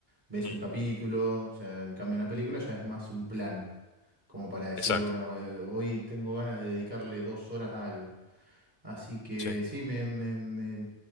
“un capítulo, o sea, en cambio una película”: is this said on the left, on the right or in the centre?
Right